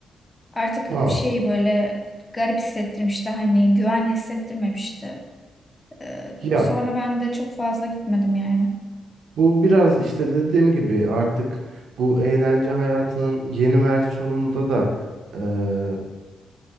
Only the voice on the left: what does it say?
Artık
şey böyle garip hissettirmişti hani güvenli hissettirmemişti. Ee,
sonra ben de çok fazla gitmedim yani.